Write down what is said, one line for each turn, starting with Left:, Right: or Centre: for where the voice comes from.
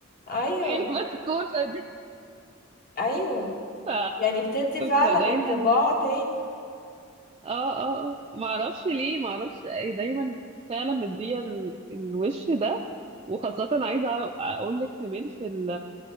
Left: ايوه
Right: ايه البسكوته دي
Left: ايوه
Right: ف...
Left: يعني بتدي فعلا
Right: فدايما
Left: انطباع تاني
Right: اه اه آه. ما اعرفش ليه ما اعرفش إيه، دايما فعلا مديه ال- الوش ده وخاصه عايزه اقول لك كمان في ال...